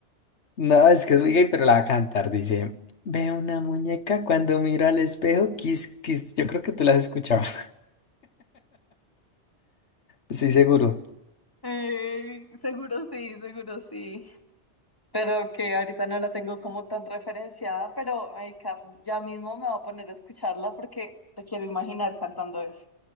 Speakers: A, on the left (about 80°); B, on the left (about 20°).
A: no, es que es muy gay, pero la va a cantar, dice, veo una muñeca cuando miro al espejo, kiss, kiss, yo creo que tú la has escuchado, <laughs> estoy seguro.
B: Eh, seguro sí, seguro sí. Pero que ahorita no la tengo como tan referenciada, pero ay, ca- ya mismo me voy a poner a escucharla porque te quiero imaginar cantando eso.